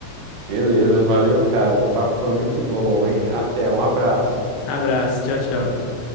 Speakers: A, on the right; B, on the left.
A: Beleza, valeu, cara. O papo foi muito bom, hein? Até, um abraço.
B: Abraço. Tchau, tchau.